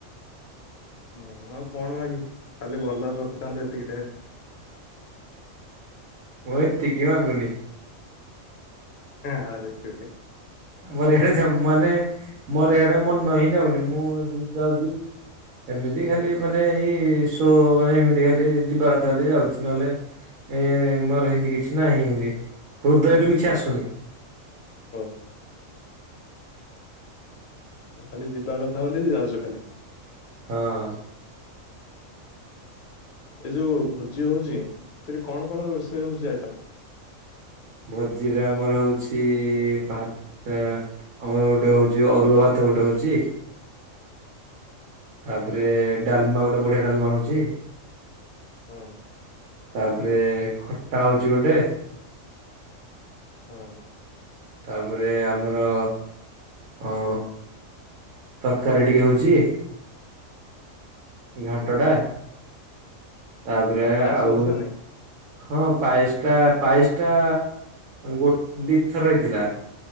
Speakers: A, on the left; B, on the right.
A: ମୁଁ ଆଉ କଣ ମାଗିବି, ଖାଲି ଭଲରେ ରଖିଥାନ୍ତୁ ଏତିକି ଢେରେ।
B: ମୁଁ ଏତିକି ମାଗୁନି।
A: ଆରେ ହେଁ ହେ।
B: ମୋରି ଆଡେ ଯୋଉ ମାନେ ମୋରିଆଡେ ମୋର ହିିଁ ଯାଉନି। ମୁଁ ଯାଉଛି ଏମିତି ଖାଲି ମାନେ ଏଇ ଶୋ ମାନେ ଏମିତି ଖାଲି ଯିବା କଥା ହେଲେ ଯାଉଛି। ନହେଲେ ଏ ମୋର ସେମତି କିଛି ନାହିଁ ଏମତି ହୃଦୟରୁୁ କିଛି ଆସୁନି।
A: ଓହ। ଖାଲି ଯିବା କଥା ବୋଲି ଯାଉଛ ଖାଲି।
B: ହଁ।
A: ଏ ଯୋଉ ଭୋଜି ହଉଛି ସେଠି କଣ କଣ ରୋଷେଇ ହଉଛି ଆଇଟମ?
B: ଭୋଜିରେ ଆମର ହଉଛି ଭାତ ଆମର ଗୋଟେ ହଉଛି ଅରୁଆ ଭାତ ଗୋଟେ ହଉଛି। ତାପରେ ଡାଲମା ଗୋଟେ ବଢିଆ ଡାଲମା ହଉଛି।
A: ହଁ।
B: ତାପରେ ଖଟା ହଉଛି ଗୋଟେ।
A: ହଁ
B: ତାପରେ ଆମର ଅ ତରକାରୀ ଟିକେ ହଉଛି। ଘାଣ୍ଟ
A: ଓହୋ
B: ଟା ତାପରେ
A: ପାୟସ
B: ଆଉ
A: ହଉଛି ନା ନାଇଁ
B: ହଁ ପାଏଶ ଟା ପାଇଏଶ ଟା ଗୋ ଦୀଥର ହେଇଥିଲା।